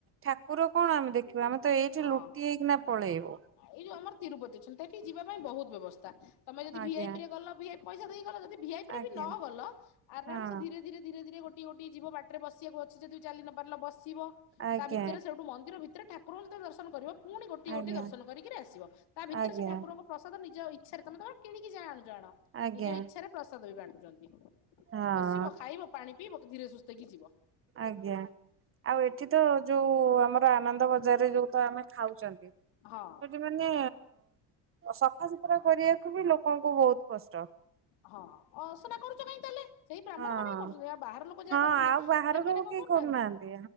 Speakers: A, on the right; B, on the left.
A: ଠାକୁର କଣ ଆମେ ଦେଖିବା ଆମେ ତ ଏଇଠି
B: ହଁ।
A: ଲୁଟି ହେଇକିନା <inaudible>
B: ଏଇ ଯଉ ଆମର ତିରୁପତି ଅଛନ୍ତି ହେଠି କିି ଯିବା ପାଇଁ ବହୁତ ବ୍ୟବସ୍ଥା ତମେ ଯଦି
A: ଆଜ୍ଞା।
B: ଭି ଆଇ ପି ରେ ଗଲ ଭି ଆଇ ପଇସା ଦେଇ ଗଲ ଯଦି ଭି ଆଇ ପି ରେ
A: ଆଜ୍ଞା
B: ବି ନ ଗଲ
A: ହଁ
B: ଆରାମ ସେ ଧୀରେ ଧୀରେ ଧୀରେ ଧୀରେ ଗୋ <unintelligible> ଯିବ ବାଟରେ ବସିବାକୁ ଅଛି ଯଦି ବି ଚାଲି ନ ପାରିଲା ବସିବ
A: ଆଜ୍ଞା
B: ତା ଭିତରେ ସେଠୁ ମନ୍ଦିର ଭିତରେ ଠାକୁରଙ୍କୁ ଯେତବେଳେ ଦର୍ଶନ କରିବ ପୁଣି ଗୋଟିଏ
A: ଆଜ୍ଞା
B: ଗୋଟିଏ ଦର୍ଶନ କରିକି ଆସିବ ତା ଭିତରେ
A: ଆଜ୍ଞା
B: ସେ ଠାକୁରଙ୍କୁ ପ୍ରସାଦ ନିଜ ଇଚ୍ଛାରେ ତମେ ତମ କିଣିକି ଯା ଆଣୁଚ ଆଣ
A: ଆଜ୍ଞା
B: ନିଜ ଇଚ୍ଛାରେ ପ୍ରସାଦ ବି ବାଣ୍ଟୁଛନ୍ତି।
A: ହଁ
B: ବସିବ, ଖାଇବ, ପାଣି ପିଇବ ଧୀରେ ସୁସ୍ଥେ କି ଯିବ।
A: ଆଜ୍ଞା ଆଉ ଏଠି ତ ଯୋଉ ଆମର ଆନନ୍ଦ ବଜାରରେ ଯୋଉ ତ ଆମେ ଖାଉଛନ୍ତି
B: ହଁ।
A: ସେଠି ମାନେ ସଫାସୁତୁରା କରିବାକୁ ବି ଲୋକଙ୍କୁ ବହୁତ କଷ୍ଟ।
B: ହଁ ଅସନା କରୁଚ କାଇଁ ତାହେଲେ? ସେଇ ବ୍ରାହ୍ମଣ
A: ହଁ।
B: ମାନେ ହିଁ କରୁଛନ୍ତି ଆଉ ବାହାର ଲୋକ ଯାହା
A: ହଁ
B: କରୁଛନ୍ତି
A: ଆଉ ବାହାର
B: ସେମାନେ
A: ଲୋକ
B: କଣ
A: କେହି
B: କରୁନାହାଁନ୍ତି?
A: କରୁନାହାନ୍ତି